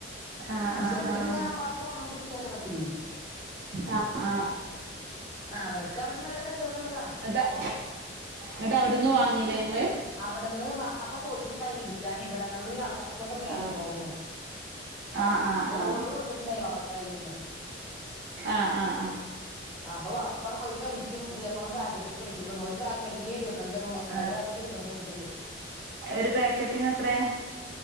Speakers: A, on the right; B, in the centre.
A: ആഹ്
B: മെഷീത്തിലിങ്ങനെ
A: ആഹ് ആഹ്
B: അപ്പാപ്പളും വന്നോണ്ടിരിക്കല്ലേ പത്തിരി
A: ആഹ് ആഹ്
B: അവർക്കവടെ നല്ല കച്ചോടള്ളത
A: ന്നട്ട ഇന്നട്ടവിടന്ന് വാങ്ങീലേ ഇങ്ങള്
B: അവിടെന്ന് വാപ്പ പോയിട്ട്ണ്ടായി ഇടു ക്കാൻ ഇവിടങ്ങള്ലീ ആൾക്കാർക്കൊക്കെ മേടിക്കണാർന്നു
A: ആഹ് ആഹ് ആഹ് ആഹ്
B: ഓഡർ കൊടു ത്തട്ട്ണ്ടായി വാപ്പാടെ കയ്യിൽ നിന്ന്
A: ആഹ് ആഹ് അഹ്
B: അപ്പൊ വാപ്പാണ്ട് പോയപ്പോ എനിക്കും ഇതേ പോലെ പാക്കറ്റ് മേടിച്ചോണ്ടന്നു ഒരു പാക്കറ്റില് ഇരുപത്തഞ്ചെണ്ണണ്ട്
A: ആഹ്
B: രണ്ട് പാക്കറ്റ് കൊണ്ടന്ന് വെച്ചിട്ടുണ്ട്
A: ഒരു പാക്കറ്റിന് എത്രയാ